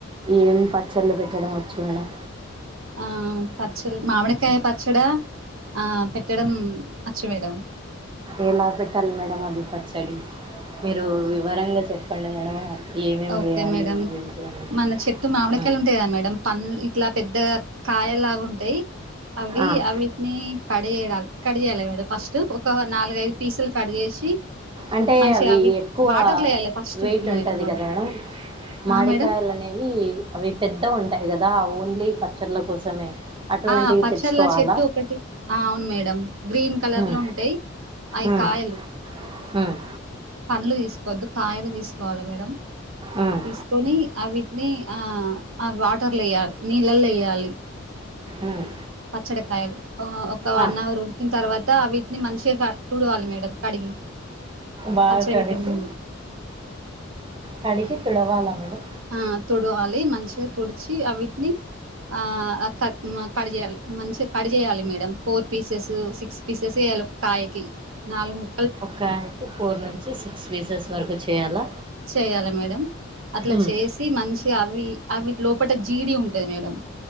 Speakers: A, on the right (about 25°); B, on the right (about 85°).
A: ఏమి పచ్చడ్లు పెట్టడం వచ్చు మేడం
B: ఆ పచ్చడి మామిడికాయ పచ్చడా ఆ పెట్టడం అచ్చు మేడం
A: ఏలా పెట్టాలి మేడం అది పచ్చడి మీరు వివరంగా చెప్పండి మేడం ఏమేమి
B: ఓకే
A: వేయాలి
B: మేడం
A: ఏంటి అనేది
B: మన చెట్టు మామిడికాయలు
A: ఆ,
B: ఉంటాయి కదా మేడం పన్ ఇట్లా పెద్ద కాయలాగా ఉంటాయి అవి
A: ఆ,
B: అవిటిని కడి చేడాలి కట్ చేయాలి మేడం ఫస్ట్ ఒక నాలుగైదు పీసులు కట్ చేసి
A: అంటే
B: మంచిగా
A: అవి ఎక్కువ
B: వాటర్లో వేయాలి ఫస్ట్
A: వెయిట్
B: మేడం
A: ఉంటది
B: అవి
A: కదా
B: ఆ
A: మాడి
B: మేడం
A: కాయలు అనేవి అవి పెద్ద ఉంటాయి కదా ఓన్లీ పచ్చళ్ళ కోసమే అటువంటివి
B: ఆ పచ్చళ్ళ
A: తెచ్చుకోవాలా
B: చెట్టు ఒకటి ఆ అవును మేడం గ్రీన్ కలర్
A: ఉమ్,
B: లో ఉంటాయి అయి
A: ఉమ్,
B: కాయలు
A: ఉమ్,
B: పండ్లు తీసుకోవద్దు కాయలు తీసుకోవాలి మేడం
A: ఉమ్,
B: తీసుకొని అవి నీ ఆ వాటర్లు వేయ్యాలి నీళ్ళలో వేయ్యాలి
A: ఉమ్.
B: పచ్చడికాయలు ఒక వన్
A: ఆ,
B: అవర్ ఉంచిన తర్వాత వీటిని మంచిగా కా తూడవాలి మేడం కడిగి
A: బాగా
B: పచ్చడి
A: కడిగి
B: పెట్టే ముందు
A: కడిగి తుడవాలా మేడం
B: ఆ తుడవాలి మంచిగా తుడిచి అవిటిని ఆ కట్ చేయాలి మంచిగా కట్ చేయాలి మేడం ఫోర్ పీసెస్ సిక్స్ పిసేసి ఏ కాయకి నాలుగు ము
A: ఒక ఫోర్ నుంచి సిక్స్ పీసెస్ వరకు చేయాలా
B: చేయాల మేడం అట్లా
A: ఉమ్,
B: చేసి మంచిగా అవి అవి లోపల జీడి ఉంటది మేడం